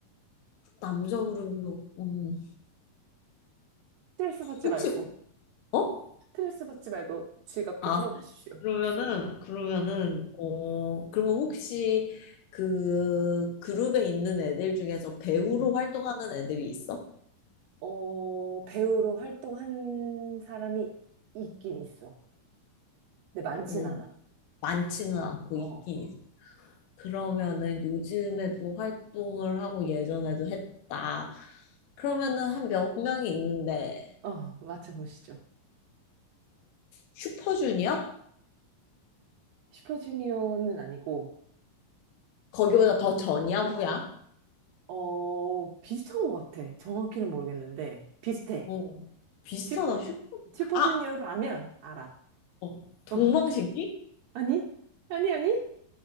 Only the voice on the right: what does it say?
스트레스 받지
말고,
스트레스 받지 말고 즐겁게
풀어보십시오.
음,
어, 배우로 활동한 사람이 있긴 있어. 근데 많진
않아.
어,
어, 맞춰보시죠.
슈퍼주니어는 아니고,
어, 비슷한 것 같아. 정확히는 모르겠는데, 비슷해.
슈,
슈퍼주니어를
아면 알아.
어, 아니? 아니, 아니?